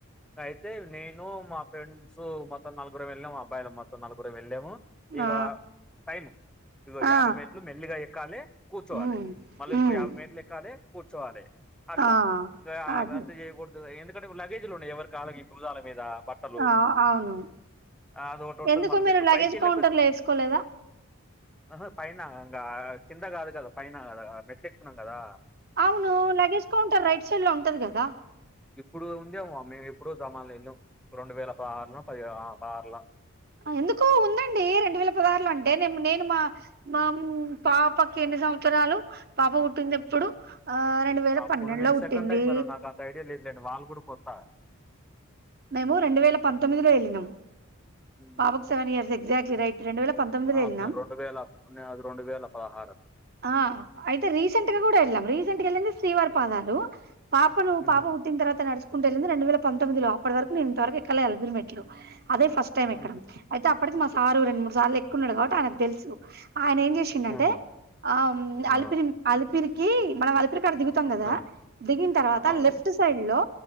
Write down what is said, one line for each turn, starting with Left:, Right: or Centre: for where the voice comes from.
Centre: అయితే నేను మా ఫ్రెండ్స్ మొత్తం నలుగురం వెళ్ళాము అబ్బాయిలమ్ మొత్తం నలుగురం వెళ్ళాము ఇగ
Right: ఆ
Centre: టైం ఇగ
Right: ఆ
Centre: యాభై మెట్లు మెల్లిగా ఎక్కాలి కూర్చోవాలి
Right: ఉమ్
Centre: మళ్ళీ ఇంకో
Right: ఉమ్
Centre: యాబై మేట్లెక్కాలి కూర్చోవాలి అట్ల
Right: ఆ
Centre: గా
Right: అది
Centre: అంత చేయకూడదు ఎందుకంటే లగేజ్లు ఉన్నాయి ఎవ్వరికి అల్లకి భూజాల మీద బట్టలు
Right: ఆ అవును
Centre: అది ఒకటి ఉంటది
Right: ఎందుకు
Centre: మళ్ళీ
Right: మీరు
Centre: వీళ్ళు
Right: లగేజ్
Centre: పైకెళ్ళే
Right: కౌంటర్
Centre: కొద్ది
Right: లో వేసుకోలేదా
Centre: ఆహ పైన ఇంగ కింద కాదు కదా పైన కదా మెట్లు ఎక్కుతున్నాం కదా
Right: అవును లగేజ్ కౌంటర్ రైట్ సైడ్ లో ఉంటది కదా
Centre: ఇప్పుడు ఉందేమో మేము ఎప్పుడూ జమాన్లో వెళ్ళాం రెండు వేల పదహారులో పది పదహారులో
Right: ఆ ఎందుకో ఉందండి రెండు వేల పదహారులో అంటే నేను నేను మా మా పాపకి ఎన్ని సంవత్సరాలు పాప పుట్టిందెప్పుడు ఆ రెండు వేల
Centre: అప్పుడు
Right: పన్నెండులో
Centre: నేను
Right: పుట్టింది
Centre: సెకండ్ టైమ్ వెళ్ళ నాకు అంత ఐడియా లేదులేండి వాళ్ళ గుడా కొత్తా
Right: మేము రెండు వేల పంతొమ్మిది లో వెళ్ళినం
Centre: హ్మ్.
Right: పాపకు సెవెన్ ఇయర్స్ ఎగ్జాట్లీ రైట్ రెండు వేల పంతొమ్మిదిలో
Centre: ఆ
Right: వెళ్ళినాం
Centre: మేము రెండు వేలది రెండు వేల పదహారు
Right: ఆ అయితే రీసెంట్గా కూడ ఎల్లాం రీసెంట్ గా ఎల్లింది శ్రీవారి పాదాలు పాపను
Centre: హుహు.
Right: పాప పుట్టిన తర్వాత నడుచకుంట వవెళ్ళింది రెండు వేల పంతొమ్మిదిలో ఇప్పటి వరకు నేన్ ఇంత వరకు ఎక్కలే అలిపిరి మెట్లు అదే ఫస్ట్ టైం
Centre: హుహు.
Right: ఎక్కడ అయితే అప్పటికి మా సారు రెండు మూడు సార్లు ఎక్కున్నాడు కాబట్టి ఆయనకి తెలుసు ఆయన ఏం చేసిండంటే
Centre: హుహు.
Right: ఆ
Centre: ఆ!
Right: అలిపిరి అలిపిరికి మనం అలిపిరి కడ దిగుతాం కదా
Centre: ఆ!
Right: దిగిన తర్వాత
Centre: అవును.
Right: లెఫ్ట్ సైడ్ లో